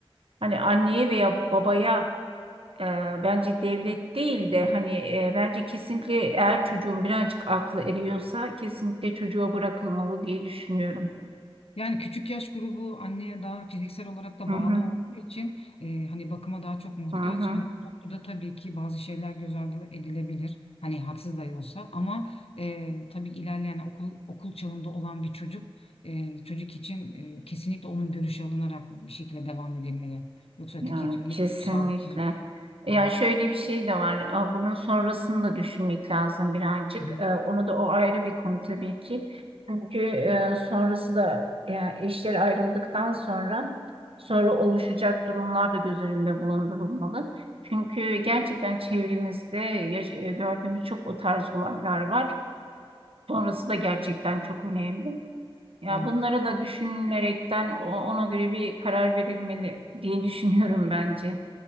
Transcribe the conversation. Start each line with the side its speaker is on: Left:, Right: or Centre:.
Right: hani anneye veya babaya e, bence devlet değil de hani e, bence kesinlikle eğer çocuğun birazcık aklı eriyorsa kesinlikle çocuğa bırakılmalı diye düşünüyorum.
Left: Yani küçük yaş grubu anneye daha fiziksel olarak da
Right: Hı hı,
Left: bağlı olduğu için e, hani bakıma daha çok muhtaç.
Right: hı hı.
Left: Hani bu noktada tabii ki bazı şeyler göz ardı edilebilir. Hani haksız da olsa ama e, tabii ilerleyen okul okul çağında olan bir çocuk e, çocuk için e, kesinlikle onun görüşü alınarak bir şekilde devam edilmeli. Yoksa öteki
Right: Ya
Left: türlü
Right: kesinlikle.
Left: çok sağlıksız olur.
Right: Ya
Left: Evet.
Right: şöyle bir şey de var. Aa, Bunun sonrasını da düşünmek lazım birazcık.
Left: Hı hı.
Right: Ee, Onu da o ayrı bir konu tabii ki. Çünkü e, sonrası da yani eşler ayrıldıktan sonra sonra oluşacak durumlar da göz önünde bulundurulmalı. Çünkü gerçekten çevremizde yaş- e, gördüğümüz çok o tarz olaylar var. Sonrası da gerçekten çok önemli. Ya
Left: Evet,
Right: bunları da düşünülerekten o- ona göre bir karar verilmeli diye düşünüyorum bence.